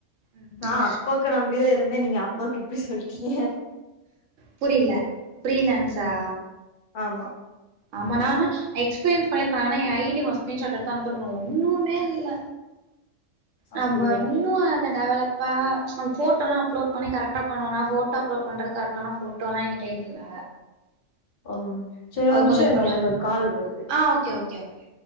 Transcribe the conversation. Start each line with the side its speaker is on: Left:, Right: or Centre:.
Right: ம்
Left: நா அப்ப க்க நம்பிதா இருந்தே நீங்க அப்பக் இப்டி சொல்ட்டீங்க
Right: புரில ஃப்ரீலான்ஸா
Left: ஆமா
Right: ஆமா நா ஆனா எக்ஸ்பீரியன்ஸ் பண்ணிருக்க ஆனா என் ஐ டி ஒரு ஸ்கிரீன் ஷாட் எடு த்து அனுப்புறோ பாருங்க ஒன்னுமே இல்ல
Left: அப்டியா
Right: நம்ம இன்னு அந்த டெவலப் இப்ப அது ஃபோட்டோலா அப்லோட் பண்ணி கரெக்ட்டா பண்ணணு நா ஃபோட்டோ அப்லோட் பண்றதுக் கரக்ட்டான ஃபோட்டோலா என்கிட்ட இல் இதுல
Left: ஒரு நிம்ஷ் செரி ஒரு நிம்ஷோ
Right: கொஞ்சோ
Left: இரு
Right: ப்ரா
Left: எனக்கு ஒரு கால் வருது
Right: ஆ ஓகே ஓகே ஓகே